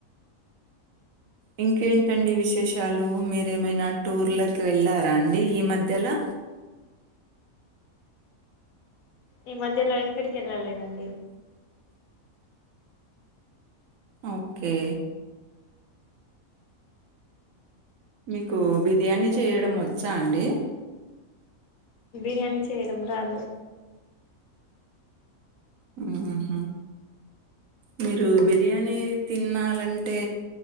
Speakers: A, on the right (about 75°); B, on the left (about 80°).
A: ఇంకేంటండి విశేషాలు మీరేమైనా టూర్లకి వెళ్ళారా అండి ఈ మధ్యలో
B: ఈ మధ్యలో ఎక్కడికి వెళ్ళాల లేదండి
A: ఓకే మీకు బిర్యానీ చేయడం వచ్చా అండి
B: బిర్యానీ చేయడం రాదు
A: ఆహ మీరు బిర్యానీ తినాలంటే